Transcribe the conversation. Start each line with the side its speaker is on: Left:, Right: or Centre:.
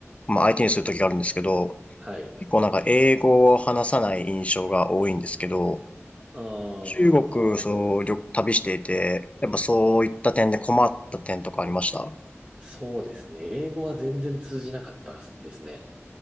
Left: まあ相手にする時があるんですけど、
Right: はい。
Left: 結構なんか英語を話さない印象が多いんですけど、
Right: あー、
Left: 中国、そう、旅、旅していて、やっぱそういった点で困った点とかありました
Right: そうですね。英語は全然通じなかったですね。